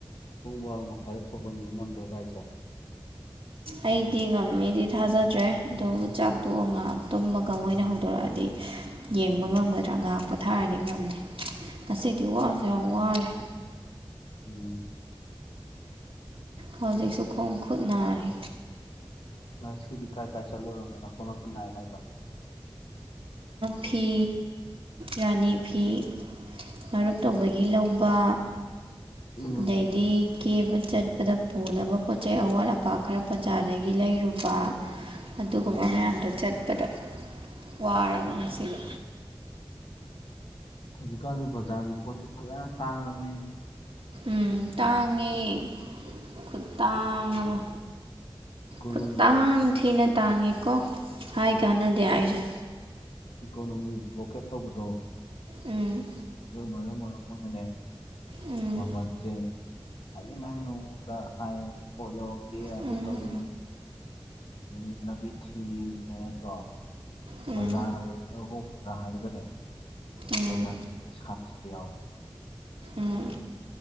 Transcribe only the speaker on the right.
ꯑꯩꯗꯤ ꯉꯝꯅꯤꯗꯤ ꯊꯥꯖꯗ꯭ꯔꯦ ꯑꯗꯨꯕꯨ ꯆꯥꯛꯇꯣ ꯉꯥꯏꯍꯥꯛꯇꯨꯝꯃꯒꯣꯏ ꯑꯣꯏꯅ ꯍꯧꯗꯣꯔꯛꯑꯗꯤ ꯌꯦꯡꯕ ꯉꯝꯒꯗ꯭ꯔꯥ ꯉꯥꯏꯍꯥꯛ ꯄꯣꯊꯥꯔꯗꯤ ꯉꯝꯅꯤ ꯉꯁꯤꯗꯤ ꯋꯥꯁꯨꯦ ꯌꯥꯝ ꯋꯥꯔꯦ
ꯍꯧꯖꯤꯛꯁꯨ ꯈꯣꯡ ꯈꯨꯠ ꯅꯥꯔꯤ
ꯐꯤ ꯔꯅꯤ ꯐꯤ ꯃꯔꯨꯞ ꯇꯧꯕꯒꯤ ꯂꯧꯕ
ꯑꯗꯩꯗꯤ ꯀꯦꯕ ꯆꯠꯄꯗ ꯄꯨꯅꯕ ꯄꯣꯠ ꯆꯩ ꯑꯋꯥꯠ ꯑꯄꯥ ꯈꯔ ꯕꯖꯥꯔꯗꯒꯤ ꯂꯩꯔꯨꯕ ꯑꯗꯨꯒꯨꯝꯕ
ꯃꯌꯥꯝꯗꯣ ꯆꯠꯄꯗ ꯋꯥꯔꯕ ꯉꯁꯤꯗꯤ
ꯎꯝ ꯇꯥꯡꯉꯤ ꯈꯨ ꯇꯥꯡ ꯑꯃ
ꯈꯨꯇꯥꯡ ꯊꯤꯅ ꯇꯥꯡꯉꯦꯀꯣ ꯍꯥꯏ ꯀꯥꯟꯅꯗꯦ ꯍꯥꯏꯁꯦ
ꯎꯝ꯫
ꯎꯝ
ꯎꯝ
ꯎꯝ
ꯎꯝ
ꯎꯝ